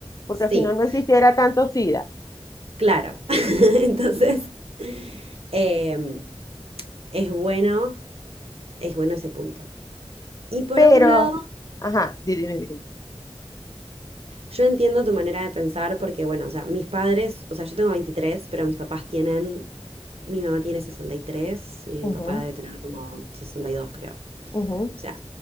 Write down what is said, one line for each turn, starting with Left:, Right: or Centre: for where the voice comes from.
Left: porque
Right: Sí,
Left: si no, no existiera tanto SIDA.
Right: claro. <laughs> Entonces, eh, es bueno, es bueno ese punto. Y por
Left: Pero,
Right: otro lado,
Left: ajá, di- dime, dime.
Right: yo entiendo tu manera de pensar porque, bueno, o sea, mis padres, o sea, yo tengo 23, pero mis papás tienen, mi mamá tiene 63 y tres y
Left: Ujú,
Right: mi papá debe tener como 62, creo. O
Left: ujú,
Right: sea,